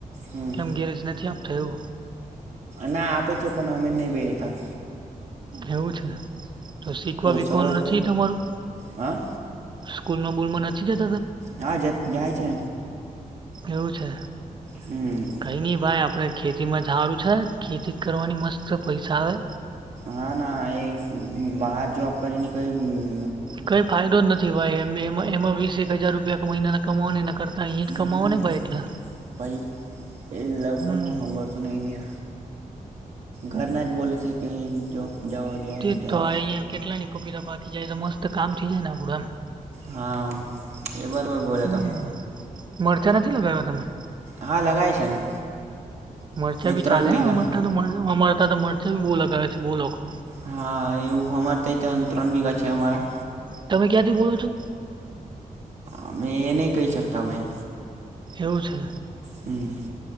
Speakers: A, on the right; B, on the right.
A: હમ
B: કેમ ગેરજ નથી આપતો એવું?
A: ના આપે છે. પણ અમે નહી બેહેતા.
B: એવું છે. તો શીખવા બીખવાનું
A: સવય
B: નથી તમારું?
A: હા
B: સ્કૂલ માં બૂલમાં નથી જતી?
A: હા! જ જાય છે.
B: એવું છે.
A: હમ
B: કઈ નહીં ભાઈ આપડે. ખેતી માં ઝાજુ છે ખેતી કરવાની મસ્ત પૈસા આવે.
A: હા ના એક બહાર જોબ કરીને કઈ. <unintelligible>
B: કઈ ફાયદો જ નથી ભાઈ. એમ એમાં વીસે એક હજાર રૂપિયા મહિના કમાવ ને એન કરતા. અહીંયા
A: હમ
B: જ કમાવો ને ભાઈ એટલા.
A: પઈ એ લોકોને
B: હમ
A: સાંભળતું નહી. ઘરના જ બોલે છે. કે જોબ જાઓ જોબ
B: તેજ
A: જાઓ
B: તો. આ અહિયાયા કેટલાની પપીતા પાકી જાય તો, મસ્ત કામ થઈ જાય ને આપડું એમ.
A: હા! એ બરોબર બોલે
B: હમ
A: તમ
B: મરચા નથી લગયા તમે?
A: હા લગાય છે ને
B: મરચાં
A: એ
B: બી
A: ત્રણ
B: ચાલે.
A: વીઘા
B: અમરતા અમરતા તો મરચા ભી બહુ લગાવે છે બહુ લોકો.
A: હા એવું અમારે તો ત્રણ વીઘા છે અમારા.
B: તમે ક્યાંથી બોલો છો?
A: અમે નહી કઈ શકતા ભાઈ.
B: એવું છે?
A: હમ!